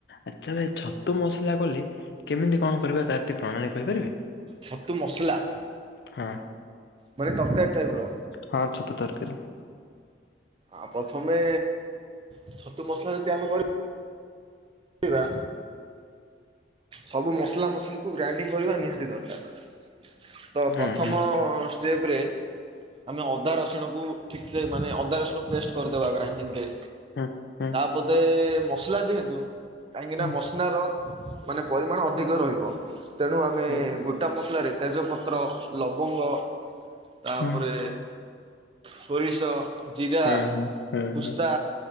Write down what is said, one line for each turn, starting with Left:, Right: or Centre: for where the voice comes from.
Left: ଆଚ୍ଛା ଭାଇ ଛତୁ ମସଲା କଲେ କେମିତି କଣ କରିବା ତାର ଟିକେ ପ୍ରଣାଳୀ କହିପାରିବେ?
Right: ଛୋତୁ ମସଲା?
Left: ହଁ।
Right: ମାନେ ତରକାରୀ ଟାଇପ ର।
Left: ହଁ ଛତୁ ତରକାରୀ
Right: ଆ ପ୍ରଥମେ ଛତୁ ମସଲା ଯଦି ଆମେ କରି ଆମେ ସବୁ ମସଲା ମସଲିକୁ ଗ୍ରାଇଣ୍ଡିଙ୍ଗ କରିବା ନିହାତି ଦରକାର। ତ
Left: ହୁଁ
Right: ପ୍ରଥମ
Left: ହୁଁ।
Right: ଷ୍ଟେପରେ ଆମେ ଅଦା ରସୁଣକୁ ଠିକ୍ସେ ମାନେ ଅଦା ରସୁଣ ପେଷ୍ଟ କରିଦେବା ଗ୍ରାଇଣ୍ଡିଙ୍ଗରେ।
Left: ହୁଁ ହୁଁ।
Right: ବୋଧେ ମସଲା ଯେହେତୁ କାହିଁକି
Left: ହୁଁ
Right: ନା ମସଲାର ମାନେ ପରିମାଣ ଅଧିକ ରହିବ। ତେଣୁ ଆମେ
Left: ହୁଁ
Right: ଗୋଟା ମସଲାରେ ତେଜପତ୍ର, ଲବଙ୍ଗ। ତା
Left: ହୁଁ
Right: ପରେ ସୋରିଷ। ଜିରା,
Left: ହୁଁ ହୁଁ ହୁଁ
Right: ପୁସ୍ତା।
Left: ହୁଁ